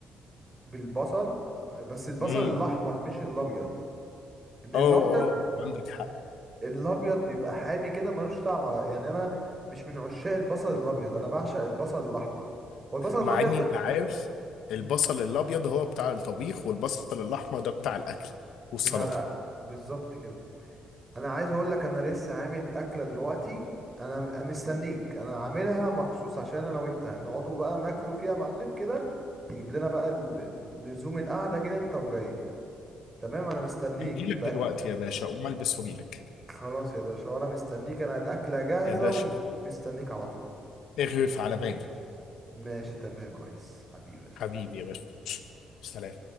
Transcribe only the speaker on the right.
بالبصل بس البصل
الاحمر مش الابيض ان الابيض
الابيض بيبقى حامي كده ملوش طعم على يعني انا مش من عشاق البصل الابيض انا بعشق البصل الاحمر هو البصل
الابيض
ده
مم.
بتاع الأ- بالظبط كده انا عايز اقول لك انا لسه عامل اكله دلوقتي انا م- مستنيك انا عاملها مخصوص عشان انا وانت نقعدوا بقى ناكلوا فيها يا معلم كده تجيب لنا بقى ال- لزوم القعده كده انت وجاي تمام انا مستنيك
انت أكل.
خلاص يا باشا وانا مستنيك انا الاكله جاهزه
ومستنيك على طول
ماشي تمام يا ريس حبيبي يا باشا.